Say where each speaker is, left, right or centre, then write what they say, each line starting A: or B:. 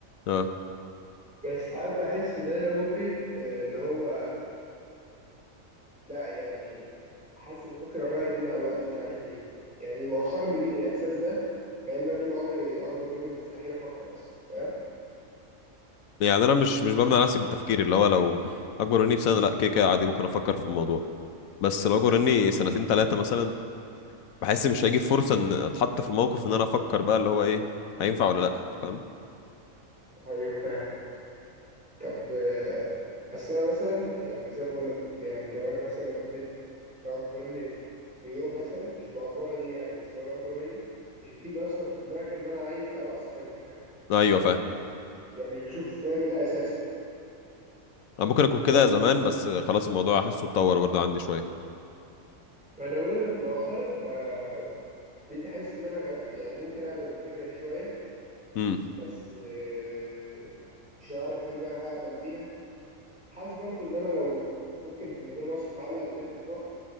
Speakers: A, on the left (about 85°); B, in the centre.
A: اه
B: بس ساعات بحس ان انا ممكن آه، اللي هو لا يعني حاسس ان ممكن اغير دي مع الوقت مش عارف ليه يعني مؤخرا بيجي لي الاحساس ده مع ان انا طول عمري اكبر مني مستحيل افكر اصلا فاهم
A: يعني انا مش مش بمنع نفسي من التفكير اللي هو لو اكبر مني بسنه لا كده كده عادي ممكن افكر في الموضوع بس لو اكبر مني سنتين ثلاثه مثلا بحس مش هيجي فرصه ان اتحط في الموقف ان انا افكر بقى اللي هو ايه هينفع ولا لا أنت فاهم
B: ايوه فاهم طب آه، اصل انا مثلا يعني زي ما بقول لك كنت يعني لو انا مثلا بنت لو اكبر مني بيوم مثلا مش بأفورة دي يعني بس لو لو اكبر مني مش بتيجي اصلا في دماغي ان انا عايز ابقى صاحبها فاهم
A: ايوه فاهم
B: يعني مش بشوف السيناريو ده اساسا
A: انا ممكن اكون كده
B: اللي هو
A: زمان
B: خلاص
A: بس خلاص الموضوع حاسه اتطور برضه عندي شويه
B: ما انا بقول لك مؤخرا ب- بقيت احس ان انا غ- يعني ممكن اقبل بالفكره دي شويه
A: امم
B: بس آه، مش عارف هل بقى هقبل بيها حاسس برضو ان انا لو ممكن من غير ما اقصد اتعلق ببنت في وقت